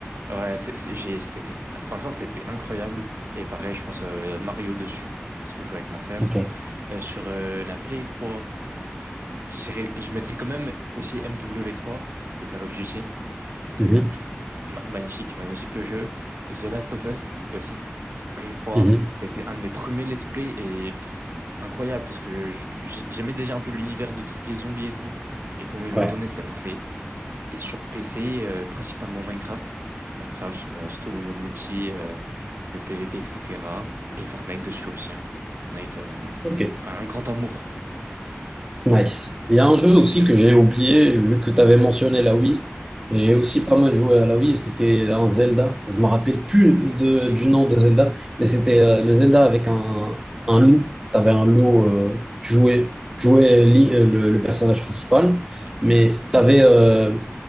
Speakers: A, on the right (about 60°); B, on the right (about 15°).
A: Ouais, c'est- c'est- j'ai- c'était franchement c'était incroyable et pareil je pense euh, Mario dessus parce que je jouais avec ma sœur
B: Ok.
A: Euh, sur euh, la Play 3 je dirais- je mettrais quand même aussi MW3 de Call of Duty parce que
B: Mhm.
A: pff, ma- magnifique magnifique le jeu The Last of Us aussi sur Play 3
B: Mhm.
A: ça a été un de mes premiers let's play et pff, incroyable parce que je- j'aimais déjà un peu l'univers de tout ce qui est zombies et tout et comment ils l'ont
B: Ouais.
A: tourné c'était parfait et sur PC, euh, principalement Minecraft. Minecraft sur euh, surtout le mode multi, euh, le PvP, etc. Et cetera. Et Fortnite dessus aussi. hein. Fortnite, euh, un,
B: Ok.
A: un grand amour.
B: Nice. Il y a
A: Grand
B: un jeu
A: amour,
B: aussi
A: je peux dire
B: que
A: comme
B: j'ai
A: ça.
B: oublié, vu que tu avais mentionné la Wii. J'ai
A: Mm.
B: aussi pas mal joué à la Wii, c'était un Zelda. Je me rappelle plus de,
A: Ok,
B: du nom de Zelda, mais c'était euh, le Zelda avec un, un loup. Tu avais un loup, euh, tu jouais, tu jouais Li-
A: ok,
B: euh, le, le personnage principal,
A: ok.
B: mais t'avais, euh,